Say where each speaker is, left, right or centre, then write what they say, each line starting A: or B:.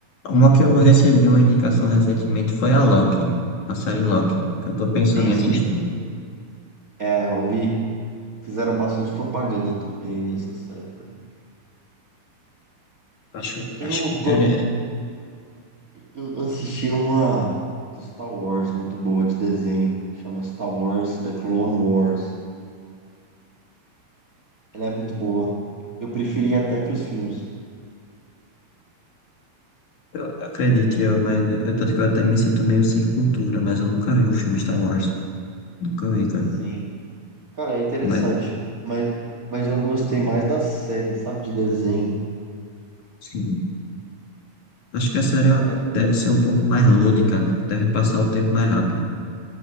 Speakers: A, on the left; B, on the right.
A: Uma que eu recebi uma indicação recentemente foi a Loki. A série Loki. Que eu tô pensando
B: Sim,
A: em
B: sim.
A: assistir.
B: É, eu vi. Fizeram bastante propaganda também nessa série. pra mim.
A: Acho, acho
B: Eu,
A: que teria.
B: go- Eu assisti uma do Star Wars muito boa de desenho, que chama Star Wars The Clone Wars. Ela é muito boa. Eu preferi até que os filmes.
A: Eu acredito, eu, mas eu, tanto que eu até me sinto meio sem cultura, mas eu nunca vi um filme Star Wars. Nunca vi, cara.
B: Sim. Cara, é interessante.
A: Mas,
B: Mas, mas eu gostei mais da série, sabe? De desenho.
A: sim. Acho que a série
B: Ah, É muito...
A: deve ser um pouco mais lúdica, né? Deve passar o tempo mais rápido.